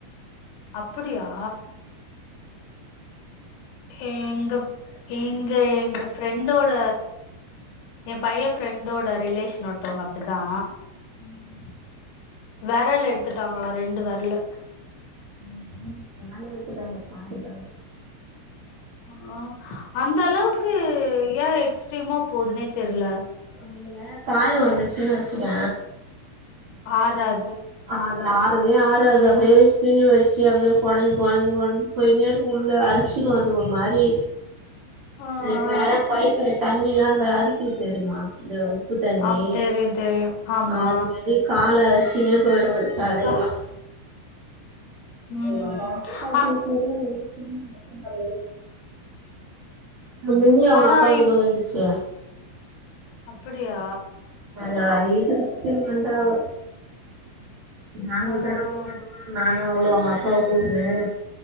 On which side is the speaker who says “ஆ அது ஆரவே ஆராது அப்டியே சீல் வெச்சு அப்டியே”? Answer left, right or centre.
Right